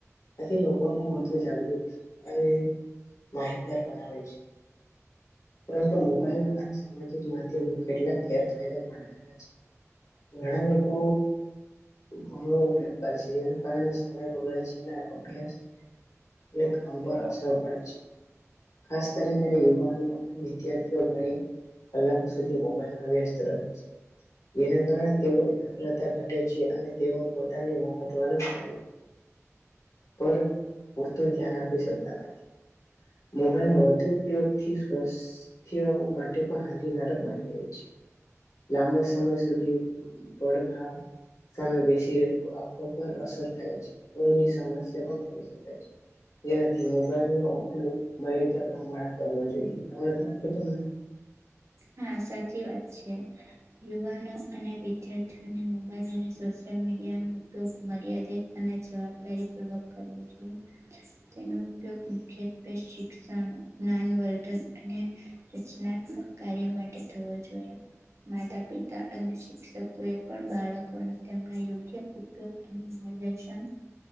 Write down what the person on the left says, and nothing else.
આથી લોકો વધુ જાગૃત અને માહિતગાર બનાવે છે. પરંતુ મોબાઈલ અને સામાજિક માધ્યમો કેટલાક ગેર ફાયદા પણ આવે છે. ઘણા લોકો ઘણો ઉપયોગ કરે છે જેના કારણે સમય બગડે છે ને અભ્યાસ ને કામ પર અસર પડે છે. ખાસ કરીને યુવાનો અને વિદ્યાર્થીઓ ઘણી કલાકો સુધી મોબાઈલ <unintelligible> છે. જેના કારણે તેઓ એકાગ્રતા ઘટે છે. અને તેઓ પોતાની મહત્વના કાર્યો પર પૂરતું ધ્યાન આપી શકતા નથી. મોબાઈલના વધુ ઉપયોગથી સ્વસ્થ્ય માટે પણ હાનિકારક બની જાય છે. લાંબા સમય સુધી પડઘા સામે બેસી રહેવું આંખો પર અસર થાય છે. ઊંઘની સમસ્યા પણ થઈ શકાય છે. જેનાથી મોબાઈલનો ઉપયોગ મર્યાદિત પ્રમાણે કરવો જોઈએ. એવું નથી લાગતું તમને?